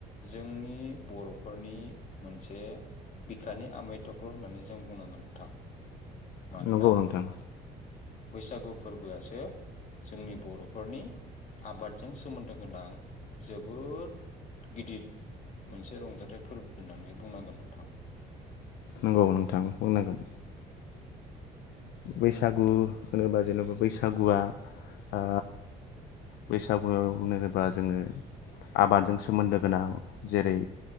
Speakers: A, on the left; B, on the left.
A: जोंनि बर'फोरनि मोनसे बिखानि आमाय थख्ल' होननानै जों बुंनांगोन नोंथां मानोना
B: नंगौ नोंथां
A: बैसागु फोरबोआसो जोंनि बर'फोरनि आबादजों सोमोन्दो गोनां जोबोद गिदिर मोनसे रंजाथाइ फोरबो होननानै बुंनांगोन नोंथां।
B: नंगौ नोंथां बुंनांगोन। बैसागु होनोबा जेनेबा बैसागुआ ओ बैसागुआव होनोबा जोङो आबादजों सोमोन्दो गोनां जेरै